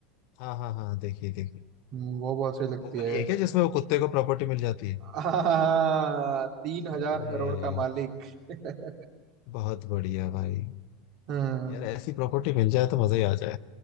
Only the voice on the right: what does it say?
हम्म, वो बहुत सही लगती
है
हाँ तीन हजार
करोड़ का मालिक <laughs>
हाँ